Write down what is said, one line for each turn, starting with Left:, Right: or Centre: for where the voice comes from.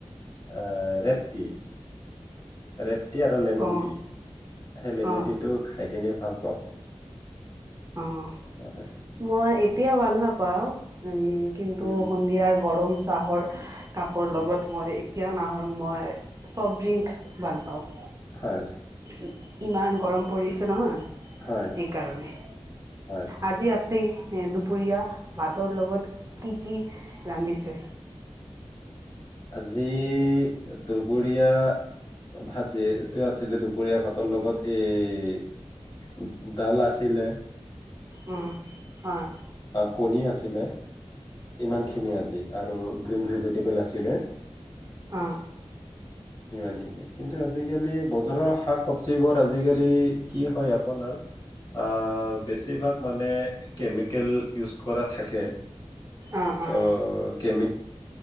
Left: আহ ৰেড টি । ৰেড টি আৰু লেমণ
Right: অ
Left: টি। সেই লেমন
Right: অ
Left: টিটো খাই কেনে ভাল পাওঁ।
Right: অহঁ
Left: হয়
Right: মই এতিয়া ভাল নাপাওঁ উম। কিন্তু
Left: উম
Right: সন্ধিয়াৰ গৰম চাহৰ কাপৰ
Left: উম
Right: লগত মই পিয়া নাহ' মই চফ্ট ড্ৰিংক ভাল পাওঁ।
Left: হয়।
Right: ই - ইমান গৰম পৰিছে নহয়।
Left: হয়
Right: সেইকাৰণে।
Left: হয়
Right: আজি আপনি এ - দুপৰীয়া ভা ভাতৰ লগত কি - কি ৰান্ধিছে?
Left: আজি দুপৰীয়া ভাত যিহেতু আছিলে, দুপৰীয়া ভাতৰ লগত এই দাল আছিলে।
Right: উম, হয়।
Left: আ, কণী আছিলে। ইমানখিনি আজি। আৰু গ্ৰীণ ভেজিটেবল আছি লে।
Right: অ অ
Left: সিমানখিনি। কিন্তু আজিকালি বজাৰৰ শাক-চব্জিবোৰ আজিকালি কি হয় আপোনাৰ, অ' বেছিভাগ মানে কেমিকেল ইউছ কৰা থাকে।
Right: অ
Left: তো কেমি